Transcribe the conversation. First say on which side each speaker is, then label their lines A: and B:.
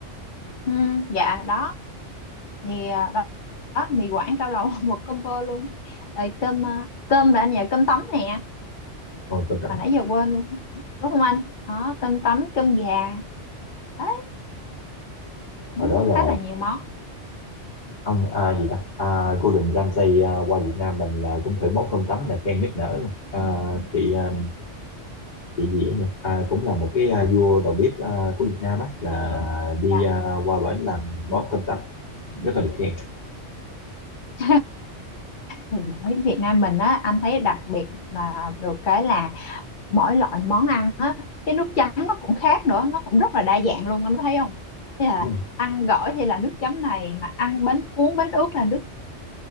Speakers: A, on the left; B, on the left.
A: ừ, dạ đó thì à, đó, đó mì Quảng cao lầu <laughs> một combo luôn Rồi cơm à, cơm là anh nhà cơm tấm nè
B: oh, cơm trắng
A: hồi nãy giờ quên luôn đúng không anh đó cơm tấm cơm gà đấy cũng
B: hồi đó là
A: khá là nhiều món
B: ông à, gì ta à, Gordon Ramsay à, qua Việt Nam mình là cũng thử món cơm tấm là khen nức nở mà. à, chị à, chị gì ấy nhỉ à, cũng là một cái à, vua đầu bếp à, của Việt Nam á là đi
A: dạ
B: à, qua bển làm món cơm tấm rất là được khen
A: <laughs> thì ở Việt Nam mình á anh thấy đặc biệt là được cái là mỗi loại món ăn á cái nước chấm nó cũng khác nữa nó cũng rất là đa dạng luôn anh thấy không thế là
B: đúng
A: ăn gỏi thì là nước chấm này mà ăn bánh cuốn bánh ướt là nước